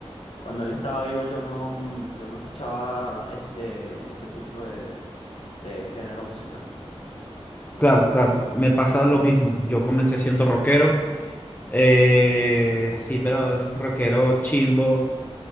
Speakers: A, on the left; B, on the left.
A: cuando él estaba vivo, yo no, mm, yo no escuchaba este, ese tipo de, de género musical.
B: Claro, claro, me pasa lo mismo. Yo comencé siendo rockero, eh, así, pero esos rockeros chimbo,